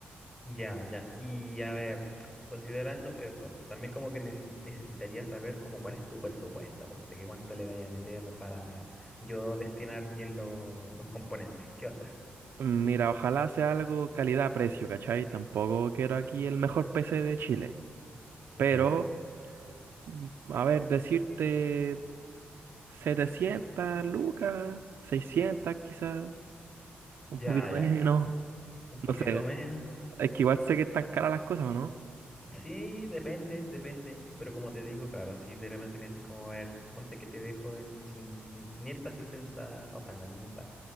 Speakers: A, on the left; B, on the right.
A: Ya, ya. Y a ver, considerando eso, también como que neces- necesitaría saber como cuál es tu presupuesto, ponte, que cuánto le vaya a meter para yo destinar bien lo- los componentes. ¿Qué onda?
B: Mira, ojalá sea algo calidad-precio, ¿cachai? Tampoco quiero aquí el mejor PC de Chile. Pero,
A: Ya,
B: mm, a ver, decirte 700, lucas, 600, quizás, un
A: ya,
B: poquito menos.
A: ya, ya. Un poquito
B: No sé,
A: menos.
B: es que igual sé que están caras las cosas, ¿o no?
A: Sí, depende, depende. Pero como te digo, claro, si de repente me decís como, a ver, ponte que te dejo en, cin- en 560, o sea, no, 500.